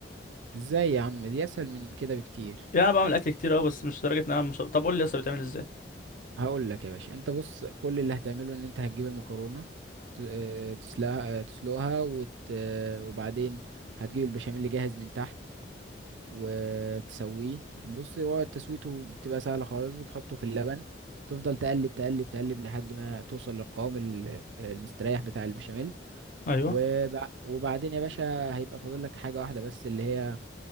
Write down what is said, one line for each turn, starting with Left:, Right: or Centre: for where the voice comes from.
Right: ازاي يا عم دي اسهل من كده بكتير
Left: يعني انا بعمل اكل كتير اه بس مش لدرجه ان انا مش... طب قول لي اصلا بتعمل ازاي
Right: هقول لك يا باشا انت بص كل اللي هتعمله ان انت هتجيب المكرونه ت- آه، تسلقها آه، تسلقها وت... آه، وبعدين هتجيب البشاميل اللي جاهز من تحت وتسويه بص هو تسويته بتبقى سهله خالص بتحطه في اللبن تفضل تقلب تقلب تقلب لحد ما توصل للقوام ال- المستريح بتاع البشاميل
Left: ايوه
Right: وبع... وبعدين يا باشا هيبقى فاضل لك حاجه واحده بس اللي هي